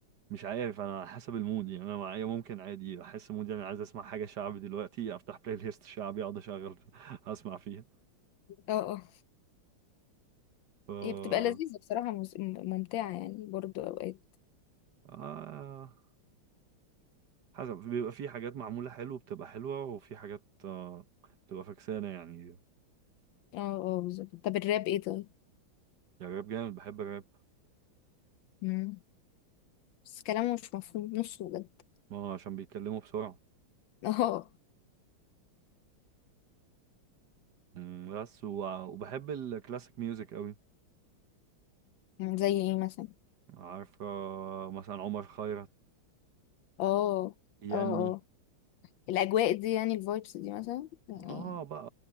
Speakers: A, on the right (about 55°); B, on the left (about 75°).
A: مش عارف انا على حسب المود يعني انا معايا ممكن عادي احس مودي انا عايز اسمع حاجة شعبي دلوقتي افتح بلاي ليست شعبي اقعد اشغل <laughs> اسمع فيها
B: اه اه
A: ف
B: هي بتبقى لذيذه بصراحه مس- ممتعه يعني برضو اوقات
A: آه... حسب بيبقى في حاجات معمولة حلو بتبقى حلوة وفي حاجات آه، بتبقى فكسانة يعني يعني
B: اه اه بالظبط طب الراب ايه طيب
A: الراب جامد بحب الراب
B: مم. بس كلامه مش مفهوم نصه بجد
A: ما هو عشان بيتكلموا بسرعة
B: <laughs> اه
A: مم، بس و- وبحب الكلاسيك ميوزك قوي
B: زي ايه مثلا
A: عارف آه، مثلا عمر خيرت
B: اه
A: يني
B: اه الاجواء دي يعني الفايبس دي مثلا اه
A: اه
B: يعني
A: بقى